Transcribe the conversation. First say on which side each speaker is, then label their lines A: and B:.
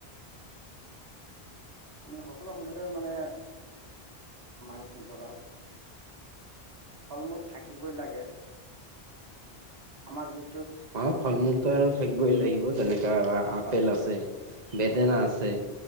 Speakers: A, on the right (about 65°); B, on the right (about 40°).
A: আমি সকলো সময়তে মানে আমাৰ ঘৰত ফল মূল থাকিবই লাগে, আমাৰ যি
B: অ ফল মূলতো আৰু থাকিবই লাগিব যেনেকা আপেল
A: হয় হয়
B: আছে
A: হয়
B: বেদেনা আছে